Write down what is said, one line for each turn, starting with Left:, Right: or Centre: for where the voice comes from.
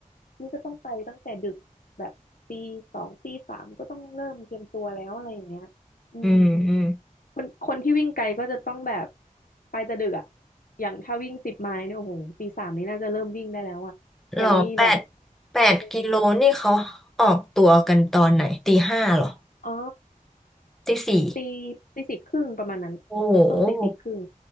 Left: นี่ก็ต้องไปตั้งแต่ดึกแบบตีสองตีสามก็ต้องเริ่มเตรียมตัวแล้วอะไรอย่างเงี้ยอืม
Centre: อืมอืม
Left: คนคนที่วิ่งไกลก็จะต้องแบบไปแต่ดึกอ่ะอย่างถ้าวิ่งสิบไมล์เนี่ยโอ้โหตีสามนี่น่าจะเริ่มวิ่งได้แล้วอ่ะอย่างนี้แบบ
Centre: หรอแปดแปดกิโลนี่เขาออกตัวกันตอนไหนตีห้าหรอ
Left: อมอ๋อ
Centre: ตีสี่
Left: ตีตีสี่ครึ่งประมาณนั้น
Centre: โอ้โห
Left: ช่วงตีสี่ครึ่ง